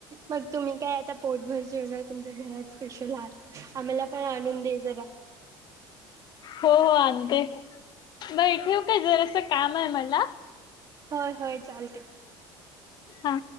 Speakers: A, on the right (about 35°); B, on the left (about 45°).
A: मग तुम्ही काय आ आता पोटभर जेवणार तुमच्या घरात स्पेशल आहे, आम्हाला पण आणून दे जरा.
B: हो हो. आणते नाही ठेऊ कायं जरासं. काम हाय मला
A: होय होय चालतंय.
B: हा.